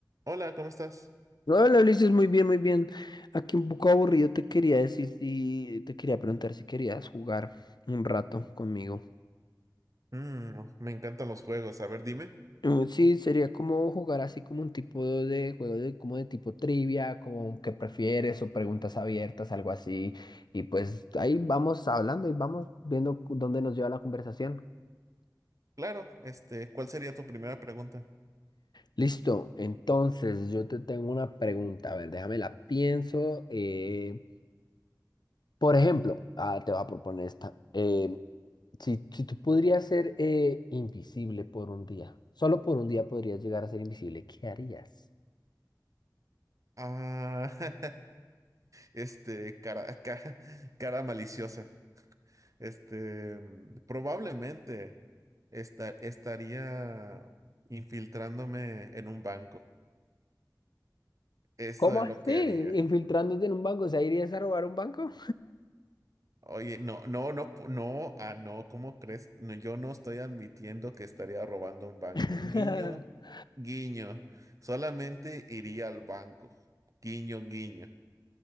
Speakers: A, on the right (about 45°); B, on the left (about 75°).
A: Hola, ¿cómo estás?
B: No, Hola Ulises, muy bien, muy bien. Aquí un poco aburrido te quería decir si te quería preguntar si querías jugar un rato conmigo.
A: Mm, uf, me encantan los juegos. A ver, dime.
B: Mm, Sí, sería como jugar así como un tipo de juego de como de tipo trivia, como que prefieres o preguntas abiertas, algo así. Y pues ahí vamos hablando y vamos viendo cu- dónde nos lleva la conversación.
A: Claro, este, ¿cuál sería tu primera pregunta?
B: Listo, entonces yo te tengo una pregunta. A ver, déjame la pienso. eh, Por ejemplo, ah, te voy a proponer esta. eh, si, si tú podrías ser eh, invisible por un día, solo por un día podrías llegar a ser invisible, ¿qué harías?
A: Ah, <laughs> este, cara, cara, cara maliciosa. Este, mm, probablemente esta- estaría infiltrándome en un banco. Eso
B: ¿Cómo
A: es
B: así?
A: lo que haría.
B: ¿Infiltrándote en un banco? ¿O sea, irías a robar un banco?
A: Oye, no, no, no, pu- no, ah, no, ¿cómo crees? No, yo no estoy admitiendo que estaría robando un banco.
B: <laughs>
A: Guiño, guiño. Solamente iría al banco. Guiño, guiño.